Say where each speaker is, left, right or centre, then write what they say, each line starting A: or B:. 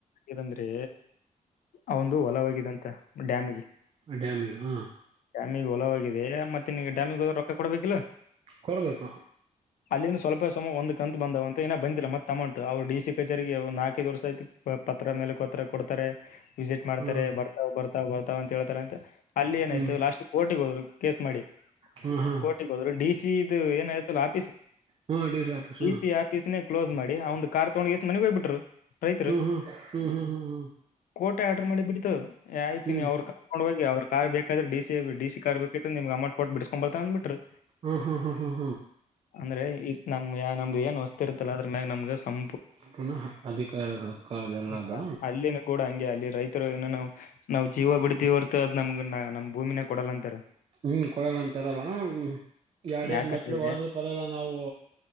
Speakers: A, on the left; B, on the right.
A: ಹದಂದ್ರೆ ಅವಂದು ಹೊಲವಾಗಿದೆಂತ ಡ್ಯಾಮಿಗೆ
B: ಡ್ಯಾಮಿಗೆ ಹಾ
A: ಡ್ಯಾಮಿಗೆ ಹೊಲವಾಗಿದೆ ಮತ್ತೆ ಡಾಮಿಗ ರೊಕ್ಕ ಕೊಡ್ಬೇಕಿಲ್ಲ
B: ಕೊಡ್ಬೇಕು
A: ಅಲ್ಲಿನ ಸ್ವಲ್ಪ ಸಮ ಒಂದ ಕಂತ ಬಂದವ ಅಂತ ಏ ಬಂದಿಲ್ಲ ಮತ್ತ ತಮ್ಮಂಟು ಅವ್ರ ಡಿ ಸಿ ಚಾರಿಗೆ ಒ ನಾಲ್ಕೈದು ವರ್ಷ ಆಯ್ತಿ ಪತ್ರ ಮೇಲೆ ಹತ್ರರ ಕೊಡ್ತಾರೆ ವಿಸಿಟ್ ಮಾಡ್ತಾರೆ
B: ಹ್ಮ್
A: ಬರ್ತಾವ ಬರ್ತಾವ ತಾವ ಅಂತ ಹೇಳ್ತಾರ ಅಂತೆ ಅಲ್ಲಿ ಏನಾಯ್ತ
B: ಹ್ಮ್
A: ಲಾಸ್ಟ್ ಕೋರ್ಟ ಓದ್ರು ಕೇಸ್ ಮಾಡಿ
B: ಹ್ಮ್ ಹ್ಮ್
A: ಕೋರ್ಟ್ಗೆ ಗೆ ಹೋದರು ಡಿ ಸಿ ಇದು ಏನಾಯಯ್ತಲ್ಲ ಆ
B: ಹ್ಮ್ ಡಿ ಸಿ ಆಫೀಸ್
A: ಸಿ ಆಫೀಸ್ನೇ ಕ್ಲೋಸ್ ಮಾಡಿ ಅವಂದು ಕಾರ್ ತಗೊಂಡ್ ಮನೆಗೆ ಹೋಗ್ಬಿಟ್ಟರು ರೈತ್
B: ಹ್ಮ್ ಹ್ಮ್ ಹ್ಮ್ ಹ್ಮ್
A: ಕೋಟೆ ಆರ್ಡರ್ ಮಾಡಿ ಬಿಡ್ತು ಆಯ್ತತಿ
B: ಹ್ಮ್
A: ನೀವ್್ರ ಕಕೊಂಡ್ ಹೋಗಿ್ರರುಾರ್ ಬಾದ್ರ ಡ ಸಿ ಡಿ ಸಿ ಕಾರ್ ಬೇಕೈತ್ ನಿಮಗೆ ಅಮೌಂಟ್ ಕೊಟ್ಟ ಬಿಡಿಸಕ್ ಬರ್ತಾವ ಅಂದ್ಬಿಟ್ಟರು
B: ಹ್ಮ ಹ್ಮ ಹ್ಮ ಹ್
A: ಅಂದ್ರೆ ಇತ್ ನಮ್ ಯ ನಮ್ದು ಏನ್ ವಸ್ತಿ ಇರ್ತ್ತಲ್ಲ ಅದ್ರ ಮ್ಯಾಗ ನಮ್ಗ ಸಂ
B: ಪುನಃ ಅಧಿಕಾರದ ಹಕ್ಕದೆ ಎಲ್ಲದ
A: ಹ ಅಲ್ಲಿನ ಕೂಡ ಹಂಗೆ ಅಲ್ಲಿ ರೈತರು ಇನ್ನು ನಾವು ನಾವು ಜೀವ ಬಿಡ್ತೀವಿ ಹೊರ್ತು ಅದ್ ನಮ್ಗ ನಮ್ ಭೂಮಿನ ಕೊಡಲ್ಲ ಅಂತಾರ
B: ಹ್ಮ್ ಕೊಡ ಅಂತ ಇರಲ್ಲ ಹ್ಮ್ <inaudible> ಎರಡ್ ಎರಡು
A: ಯಾಕಂದ್ರೆ
B: ಮೆಟ್ಳ ಹೊರದ್ರ ಪರಲ್ಲ ನಾವು